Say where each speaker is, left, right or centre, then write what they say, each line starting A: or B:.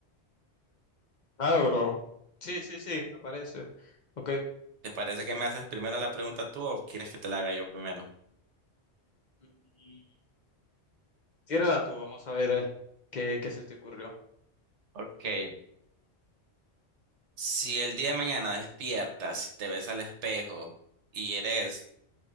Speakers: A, on the left (about 45°); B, on the right (about 85°).
A: Claro, bro. Sí, sí, sí, me parece. Ok.
B: ¿Te parece que me haces primero la pregunta tú o quieres que te la haga yo primero?
A: Mm, Tírala tú, vamos a ver eh, qué, qué se te ocurrió.
B: Ok. Si el día de mañana despiertas, y te ves al espejo y eres